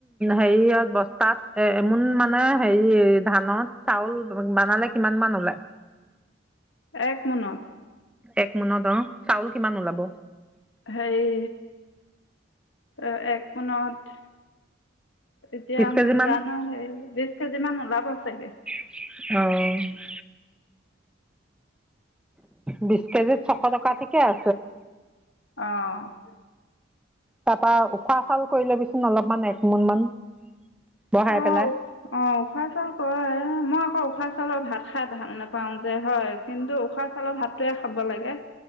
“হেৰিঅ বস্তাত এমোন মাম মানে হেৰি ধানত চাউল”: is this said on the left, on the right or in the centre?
Centre